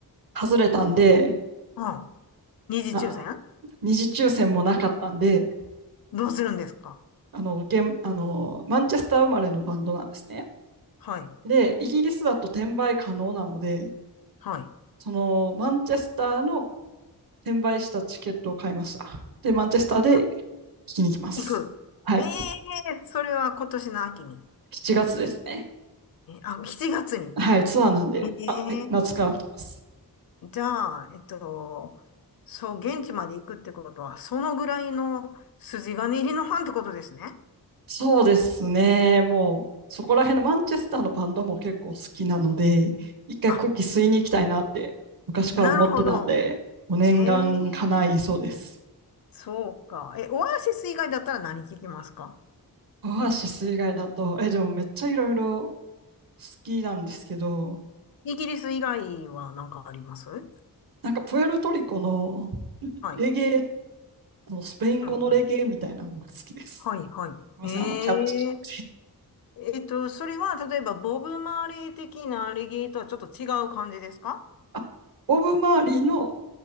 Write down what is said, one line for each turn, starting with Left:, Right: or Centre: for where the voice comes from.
Right: 外れたんで、
Left: ああ、二次抽選
Right: まあ、二次抽選もなかったんで、
Left: どうするんですか
Right: あの、ゲンあの、マンチェスター生まれのバンドなんですね。
Left: はい、
Right: で、イギリスだと転売可能なので、
Left: はい。
Right: そのマンチェスターの転売したチケットを買いました。で、マンチェスターで聞
Left: でも
Right: きに行きます。
Left: 行く。
Right: はい。
Left: ええそれは今年の秋に。
Right: 7月ですね。
Left: えあ、7月に。
Right: はい、ツアーなんで、
Left: ええ
Right: あ、はい夏から来ます。
Left: じゃあ、えっと、そう、現地まで行くってことは、そのぐらいの筋金入りのファンってことですね。
Right: そうですね。もう、そこら辺のマンチェスターのバンドも結構好きなので、一回空気吸いに行きたいなって昔から思ってたんで、
Left: あ、なるほど。
Right: もう念願叶いそうです。
Left: ええそうか。え、オアシス以外だったら何聞きますか
Right: オアシス以外だと、え、でもめっちゃいろいろ好きなんですけど、
Left: イギリス以外は何かあります
Right: なんかプエルトリコの
Left: はい。
Right: レゲエ、あのスペイン語のレゲエみたいなのも好きです。
Left: うんうん。はい、
Right: す
Left: はい。
Right: みません、
Left: ええ
Right: あの、キャッチ。
Left: えっと、それは、例えば、ボブ・マーレー的なアレゲーとはちょっと違う感じですか
Right: <laughs> あボブ・マーリーの